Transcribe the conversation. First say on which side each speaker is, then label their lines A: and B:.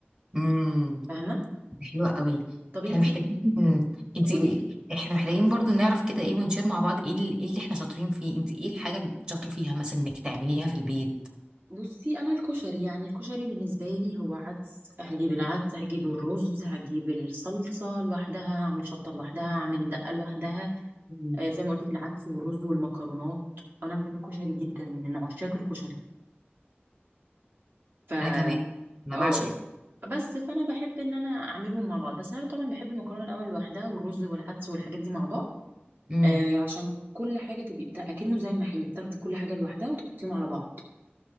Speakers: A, on the right (about 25°); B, on the right (about 50°).
A: امم
B: فاهمه
A: حلوة قوي
B: طب انت
A: احنا محتاجين انت
B: قولي لي
A: احنا محتاجين برضو نعرف كده ايه ونشير مع بعض ايه ال- إيه اللي احنا شاطرين فيه انت ايه الحاجة اللي شاطرة فيها مثلا انك تعمليها في البيت
B: بصي انا الكشري يعني الكشري بالنسبه لي هو عدس هجيب العدس هجيب الرز هجيب الصلصه لوحدها هعمل شطه لوحدها هعمل دقه لوحدها
A: مم.
B: آه، زي ما قلت لك العدس والرز والمكرونات انا بحب الكشري جدا من عشاق الكشري ف
A: انا كمان انا
B: اه
A: بعشق
B: بس فانا بحب ان انا اعملهم مع بعض بس انا طبعا بحب المكرونه الاول لوحدها والرز والعدس والحاجات دي مع بعض
A: امم
B: آه عشان كل حاجه تبقي بتا... اكنه زي المحل بتاخدي كل حاجه لوحدها وتحطيهم على بعض